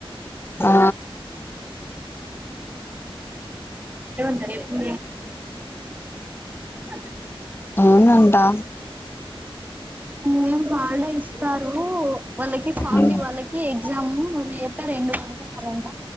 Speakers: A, on the left; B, on the right.
A: ఆ
B: అ ఉంట పూ <inaudible>
A: అవునంటా
B: హ్మ్మ్ వాళ్ళే ఇస్తారు వాళ్ళకి ఫామ్
A: మ్
B: డి వాళ్ళకి ఎగ్జామ్ రేపే రెండు రెండు పంపిస్తారంట